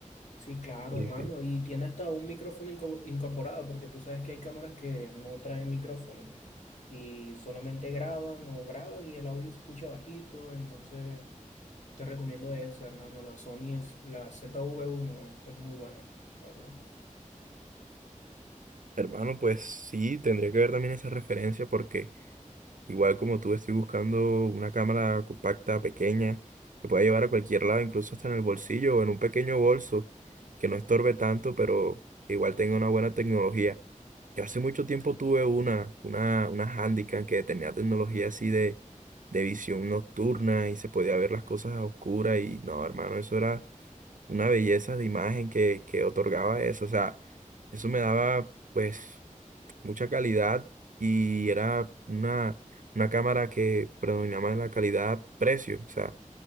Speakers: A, on the left (about 60°); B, on the right (about 75°).
A: Sí, claro,
B: sí,
A: hermano.
B: sí.
A: Y tiene hasta un micrófono inco- incorporado, porque tú sabes que hay cámaras que no traen micrófono y solamente graban o graban y el audio se escucha bajito. Entonces, te recomiendo eso, hermano. La Sony es, la zv uno es, es muy buena, la verdad.
B: Hermano, pues sí, tendría que ver también esa referencia porque... Igual como tú estoy buscando una cámara compacta, pequeña, que pueda llevar a cualquier lado, incluso hasta en el bolsillo o en un pequeño bolso, que no estorbe tanto, pero que igual tenga una buena tecnología. Yo hace mucho tiempo tuve una, una, una Handycam que tenía tecnología así de, de visión nocturna y se podía ver las cosas a oscuras y no, hermano, eso era una belleza de imagen que, que otorgaba eso. O sea, eso me daba pues mucha calidad y era una, una cámara que predominaba en la calidad-precio. O sea,